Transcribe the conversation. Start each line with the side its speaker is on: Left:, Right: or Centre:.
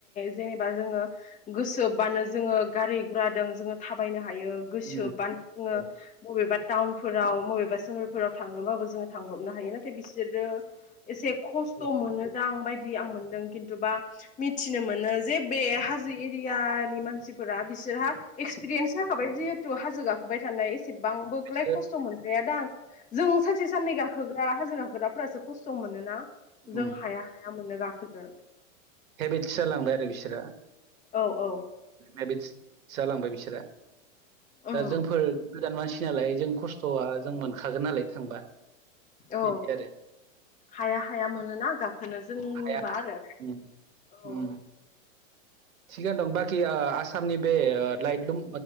Left: जेनेबा जोङो गोसोबानो जोङो गारि गुराजों जोङो थाबायनो हायो गोसोबानो
Right: उम
Left: जोङो
Right: औ
Left: बबेबा टाउनफोराव मबेबा सोहोरफोराव थांनोबाबो जोङो थांब्रबनो हायो
Right: औ
Left: नाथाय बिसोरो एसे खस्थ'
Right: औ
Left: मोनो दां बायदि आं मोनदों खिन्थुबा मिथिनो मोनो। जे बे हाजो एरियानि मानसिफोरा बिसोरहा एक्सपिरियेन्स थाबाय जिहेतु हाजो गाखोबाय थानाय। सेबांबोलाय
Right: बिसोरो
Left: खस्थ' मोनद्राया दां जों सानसे साननै गाखोग्रा हाजो गा गोराफोरासो खस्थ' मोनोना।
Right: <unintelligible>
Left: जों हाया हाया मोनो गाखोनो
Right: हेबिटस जालांबाय आरो बिसोरो।
Left: औ औ
Right: हेबिस्ट जालांबाय बिसोरो।
Left: उम
Right: दा जोंफोर गोदान मानसि नालाय जों खस्थ'आ जों मोनखागोन नालाय थांबा।
Left: औ
Right: बिदि आरो
Left: हाया। हाया मोनोना गाखोनो जोंनिबा
Right: हाया
Left: आरो
Right: उम
Left: औ।
Right: उम थिगानो दं बाखि आ आसामनि बे ओ लाइटलुम